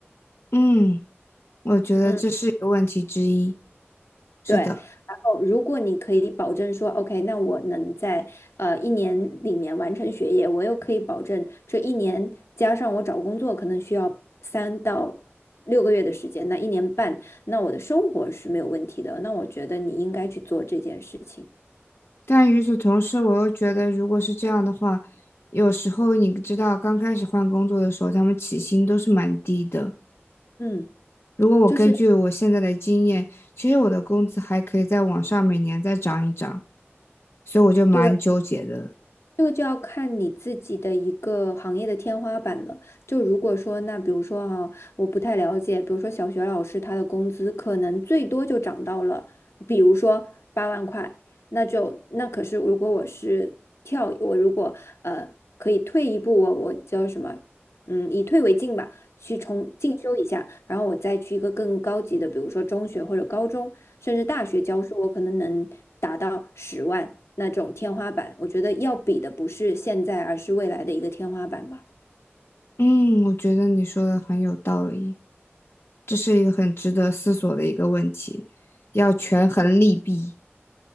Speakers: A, on the left; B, on the left.
A: 嗯。我觉得这是一个问题之一。
B: 嗯。
A: 是的，
B: 对，然后如果你可以保证说，OK，那我能在呃一年里面完成学业，我又可以保证这一年加上我找工作可能需要三到六个月的时间，那一年半，那我的生活是没有问题的。那我觉得你应该去做这件事情。
A: 但与此同时，我又觉得，如果是这样的话，有时候你知道，刚开始换工作的时候，他们起薪都是蛮低的。
B: 嗯，
A: 如果我根据我现在的经验，
B: 就是
A: 其实我的工资还可以再往上，每年再涨一涨，所以我就蛮纠结的。
B: 对，这个就要看你自己的一个行业的天花板了。就如果说，那比如说哈、我不太了解，比如说小学老师他的工资可能最多就涨到了，比如说八万块，那就那可是如果我是跳，我如果呃可以退一步，我我叫什么，嗯，以退为进吧。去重进修一下，然后我再去一个更高级的，比如说中学或者高中，甚至大学教书，我可能能达到十万那种天花板。我觉得要比的不是现在，而是未来的一个天花板吧。
A: 嗯，我觉得你说的很有道理，这是一个很值得思索的一个问题，要权衡利弊。